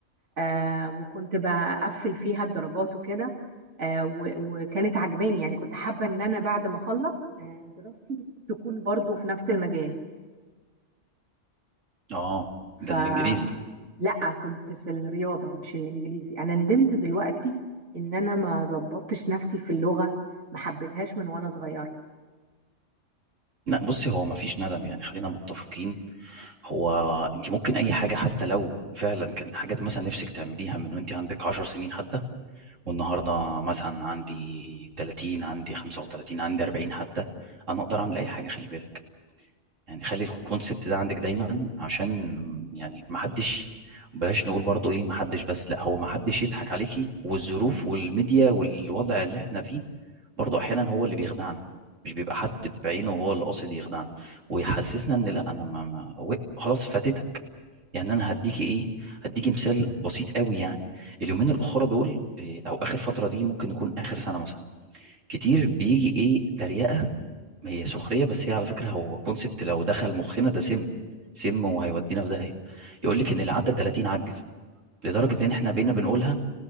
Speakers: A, on the right; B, on the right.
A: آه وكنت بقفل فيها الدرجات وكده آه و- وكانت عجباني يعني كنت حابة ان انا بعد ما اخلص آه دراستي تكون برضو في نفس المجال
B: اه
A: فلا
B: ده الانجليزي
A: كنت في الرياضة مش الانجليزي انا ندمت دلوقتي ان انا ما ظبطتش نفسي في اللغة ما حبيتهاش من وانا صغيرة
B: لا بصي هو مفيش ندم يعني خلينا متفقين هو انت ممكن اي حاجه حتى لو فعلا كان حاجات مثلا نفسك تعمليها من وانت عندك 10 سنين حتى والنهارده مثلا عندي 30 عندي 35 عندي 40 حتى انا اقدر اعمل اي حاجه خلي بالك يعني خلي الكونسبت ده عندك دايما عشان يعني ما حدش بلاش نقول برضو ايه ما حدش بس لا هو ما حدش يضحك عليكي والظروف والميديا والوضع اللي احنا فيه برضو احيانا هو اللي بيخدعنا مش بيبقى حد بعينه هو اللي قاصد يخدعنا ويحسسنا ان لا انا ما, ما و- خلاص فاتتك يعني انا هديكي ايه هديكي مثال بسيط قوي يعني اليومين الاخرى دول إيه، او اخر فتره دي ممكن يكون اخر سنه مثلا كتير بيجي ايه تريقه هي سخريه بس هي على فكره هو كونسبت لو دخل مخنا ده سم سم وهيودينا في داهيه يقول لك ان اللي عدى 30 عجز لدرجه ان احنا بقينا بنقولها